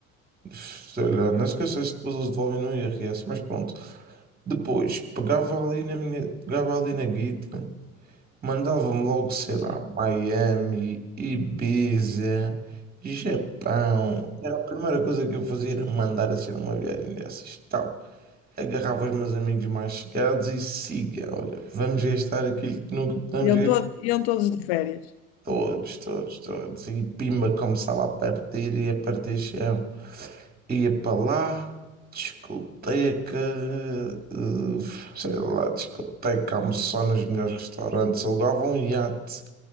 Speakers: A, on the right (about 20°); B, on the left (about 50°).
A: Sei lá, não esqueças se depois eles devolvem no IRS, mas pronto. Depois, pegava ali na minha, pegava ali na guita, mandava-me logo, sei
B: Sim.
A: lá, Miami, Ibiza, Japão. Era a primeira coisa que eu fazia, era mandar assim numa viagem dessas, tal. Agarrava os meus amigos mais chegados e siga, olha, vamos gastar aquilo que nunca podemos
B: Iam, todo, iam todos de férias.
A: Todos, todos, todos. E Pimba começava a partir e a partir chão. Ia para lá, discoteca, eh, sei lá, discoteca, almoçar nos melhores restaurantes. Alugava um iate,